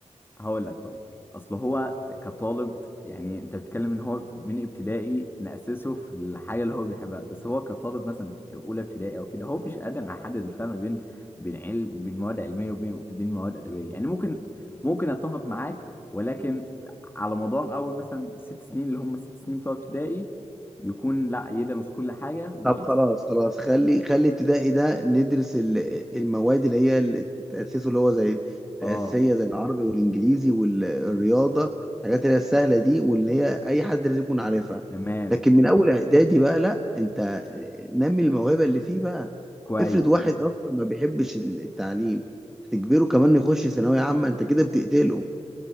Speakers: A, on the left; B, in the centre.
A: هقول لك طيب اصل هو كطالب يعني انت بتتكلم ان هو من ابتدائي نأسسه في الحاجه اللي هو بيحبها بس هو كطالب مثلا في اولى ابتدائي او كده هو مش قادر يحدد الفرق بين بين علم بين مواد علميه وبين بين مواد ادبيه يعني ممكن ممكن اتفق معاك ولكن على مدار اول مثلا ست سنين اللي هم الست سنين بتوع ابتدائي يكون لا يدرس كل حاجه وبحيث
B: طب خلاص خلاص خلي خلي ابتدائي ده ندرس ال- المواد اللي هي اللي تأسسه اللي هو زي
A: اه
B: الأساسية زي العربي والإنجليزي والرياضة الحاجات اللي هي السهلة دي واللي هي أي حد لازم يكون عارفها
A: تمام
B: لكن من أول إعدادي بقى لأ أنت نمي الموهبة اللي فيه بقى
A: كويس
B: افرض واحد أصلا ما بيحبش التعليم هتجبره كمان يخش ثانوية عامة أنت كده بتقتله